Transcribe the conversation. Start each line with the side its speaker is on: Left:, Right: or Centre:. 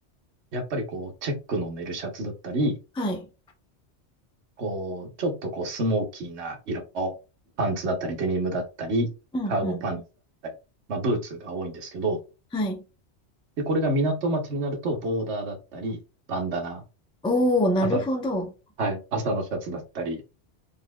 Right: やっぱりこう、チェックのネルシャツだったり、
Centre: はい。
Right: こう、ちょっとこう、スモーキーな色のパンツだったり、デニムだったり、
Centre: うんうん。
Right: カーゴパンツだったり、まあ、ブーツが多いんですけど、
Centre: はい。
Right: で、これが港町になると、ボーダーだったり、バンダナ、
Centre: おお、なるほど。
Right: あと、はい、朝のシャツだったり、